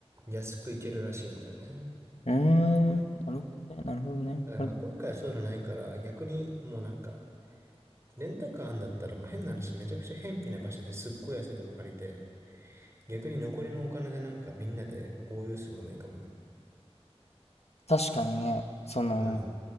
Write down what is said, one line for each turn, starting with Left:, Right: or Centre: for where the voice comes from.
Right: 安く行けるらしいんだよね。
Left: うーん、なるほどね、なるほどね。
Right: だからまあ今回はそういうのないから、
Left: これ
Right: 逆にもうなんか、レンタカーあんだったら、もう変な話、めちゃくちゃ偏僻な場所ですっごい安いとこ借りて、逆に残りのお金でなんかみんなで合流するのもいいかもね。
Left: 確かにね、その、
Right: うん。